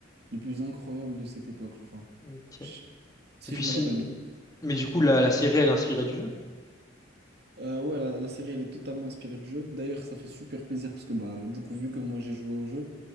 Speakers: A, on the right (about 55°); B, on the left (about 20°).
A: les plus incroyables de cette époque, je crois.
B: Ok.
A: Je- Si
B: Et puis
A: je me
B: si...
A: rappelle bien.
B: Mais du coup, la, la série, elle est inspirée du jeu.
A: Euh, ouais, la, la série, elle est totalement inspirée du jeu. D'ailleurs, ça fait super plaisir parce que, bah, du coup, vu que moi j'ai joué au jeu,